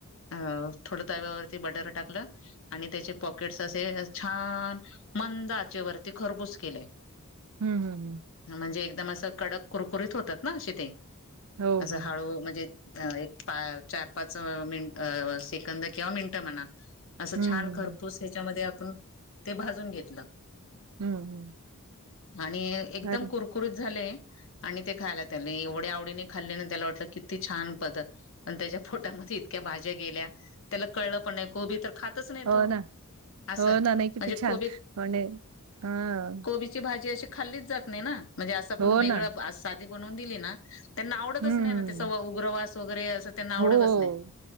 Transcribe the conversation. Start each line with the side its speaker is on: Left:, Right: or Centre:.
Left: अ थोडं ताव्यावरती बटर टाकलं. आणि त्याचे पॉकेट्स असे छान, मंद आचेवरती खरपूस केले.
Right: हम्,
Left: म्हणजे एकदम असं कडक कुरकुरीत होतात ना अशी ते
Right: हो,
Left: असं
Right: हो.
Left: हळू म्हणजे, अ एक पा चार पाच मिनट सेकंद किंवा मिनिट म्हणा, असं
Right: हं. हं.
Left: छान खरपूस ह्याच्यामध्ये आपण ते भाजून घेतलं.
Right: हं, हं.
Left: आणि एकदम
Right: अरे
Left: कुर, त झाले आणि ते खायला त्या एवढ्या आवडीने खाल्ले त्याला वाटलं किती छान, त्याच्या पोटामध्ये इतक्या भाज्या गेल्या, त्याला कळलं पण नाही को बी तर खातच नाही
Right: हो
Left: तो,
Right: ना.
Left: असं
Right: हो ना, नाही किती
Left: म्हणजे
Right: छान
Left: खबी
Right: म्हणजे हां.
Left: खबी, ती भाजी अशी खाल्ली जात नाही म्हणजे अस आपण
Right: हो
Left: वेगळ
Right: ना.
Left: साधी बनवुन दिली ना, त्यांना आवडतच
Right: हं.
Left: नाही ना त्याचा उग्रवास वगैरे, मग त्यांना आवडतच
Right: हो.
Left: नाही,